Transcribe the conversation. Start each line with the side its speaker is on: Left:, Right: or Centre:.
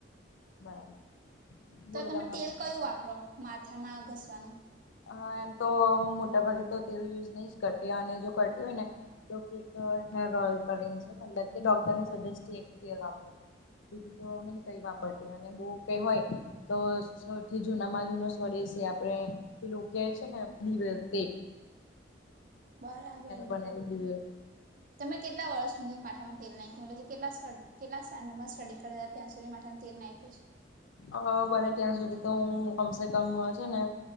Left: બરાબર.
Right: તો
Left: બોલો
Right: તમે
Left: તમારા
Right: તેલ
Left: પછી
Right: કયું વાપરો માથામાં ઘસવાનું.
Left: હ એમ તો હું મોટાભાગે તો તેલ યુઝ નહી જ કરતી અને જો કરતી હોય ને. તો હેયર ઓઈલ કરીને છે મતલબ કે ડોક્ટર સજેસ્ટી વાપરું છું કીધું તો નહી કઈ વાપરતી અને બહુ કઈ હોય. તો સૌથી જૂનામાં જૂનો સ્વડે છે આપણે પેલો કે છે ને દિવલ તે.
Right: બરાબર
Left: બનેલું દિવેલ
Right: તમે કેટલા વર્ષ સુધોને માથામાં તેલ નાયખ્યુ મત. કેટલા સ્ટેન્ડ કેટલા સ્ટેન્ડરમાં સ્ટડી કરે હતા ત્યાં સુધી માટે તેલ નાખ્યું છે.
Left: અ બને ત્યાં સુધી તો હું કમસે કમ છે ને.